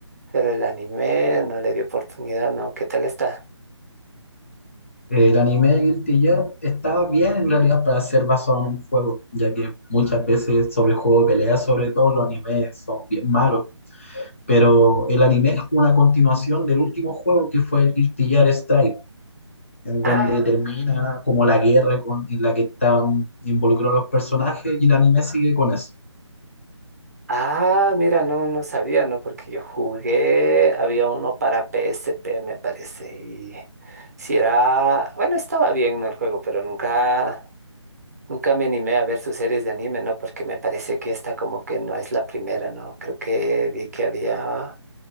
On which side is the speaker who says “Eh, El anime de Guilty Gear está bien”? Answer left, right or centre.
Left